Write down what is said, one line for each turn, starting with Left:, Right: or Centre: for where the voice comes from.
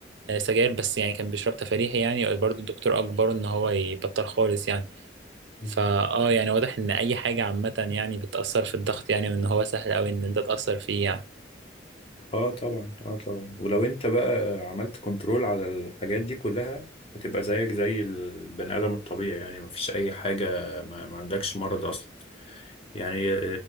Right: آه، سجاير بس يعني كان بيشرب تفريحي يعني برضه الدكتور أجبره إن هو يبطل خالص يعني
Left: مم.
Right: فآه يعني واضح إن أي حاجة عامة يعني بتأثر في الضغط يعني وإن هو سهل أوي إن أنت تأثر فيه يعني
Left: اه طبعا اه طبعا ولو انت بقى عملت كنترول على الحاجات دي كلها هتبقى زيك زي البني ادم الطبيعي يعني ما فيش اي حاجه ما, ما عندكش مرض اصلا يعني آه،